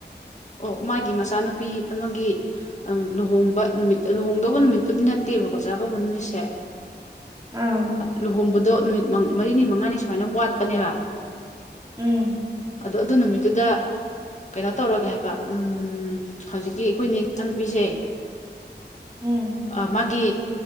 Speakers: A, on the left; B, on the right.
A: ꯑꯣ ꯃꯥꯒꯤ ꯃꯆꯥꯅꯨꯄꯤ ꯑꯃꯒꯤ ꯑ ꯂꯨꯍꯣꯡꯕ ꯅꯨꯃꯤꯠ ꯂꯨꯍꯣꯡꯗꯧꯕ ꯅꯨꯃꯤꯠꯄꯨꯗꯤ ꯅꯠꯇꯦꯕꯀꯣ ꯆꯥ ꯀꯧꯕꯧꯕ ꯅꯨꯃꯤꯠꯁꯦ
B: ꯑꯥ
A: ꯂꯨꯍꯣꯡꯕꯗꯣ ꯅꯨꯃꯤꯠ ꯃꯔꯤꯅꯤ ꯃꯉꯥꯅꯤ ꯁꯨꯃꯥꯏꯅ ꯋꯥꯠꯄꯅꯦꯕ
B: ꯎꯝ
A: ꯑꯗꯣ ꯑꯗꯨ ꯅꯨꯃꯤꯠꯇꯨꯗ ꯀꯩꯅꯣ ꯇꯧꯔꯒꯦ ꯍꯥꯏ ꯎꯝ ꯍꯧꯖꯤꯛꯀꯤ ꯑꯩꯈꯣꯏꯅꯦ ꯏꯆꯥꯅꯨꯄꯤꯁꯦ
B: ꯎꯝ
A: ꯑ ꯃꯥꯒꯤ